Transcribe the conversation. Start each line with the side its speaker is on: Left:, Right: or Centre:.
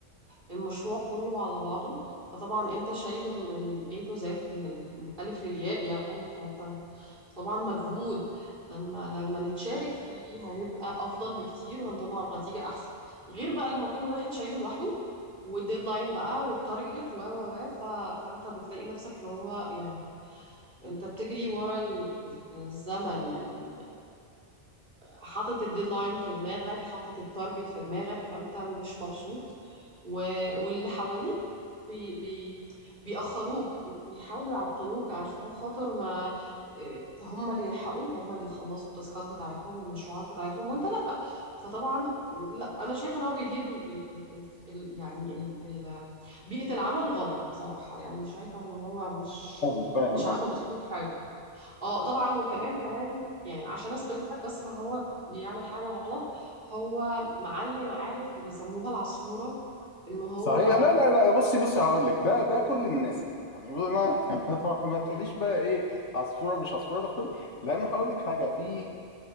Right: المشروع كله على بعضه فطبعا انت شايله من A to Z من ال- من الألف للياء يعني فانت م- طبعا مجهود لما لما نتشارك فيه هيبقى أفضل بكتير وهنطلع نتيجة أحسن غير بقى لما كل واحد شايله لوحده والديدلاين بقى والتارجت و و و ف... فانت بتلاقي نفسك اللي هو يعني انت بتجري ورا ال- الزمن يعني حاطط الديدلاين في دماغك حاطط التارجت في دماغك فانت مش مبسوط و... واللي حواليك بي... بي... بيأخروك بيحاولوا يعطلوك عشان خاطر ما إيه، هم اللي يلحقوه هم اللي يخلصوا التاسكات بتاعتهم والمشروعات بتاعتهم وانت لأ فطبعا لا انا شايفه ان هو بيدير ال... ال... ال... ال... ال- يعني ال... ال... بيئة العمل غلط بصراحة يعني شايفة ان هو مش
Left: فاهم فاهم
Right: مش عامل
Left: قصدك
Right: اسلوب حلو اه طبعا وكمان كمان يعني عشان اثبت لك بس ان هو بيعمل حاجه غلط هو معين عارف اللي بيسموها العصفوره ان هو
Left: صحيح لا لا لا بصي بصي هقول لك ده ده كل الناس كده يعني ما <laughs> ما ما تقوليش بقى ايه عصفوره مش عصفوره ده في كل لان هقول لك حاجه في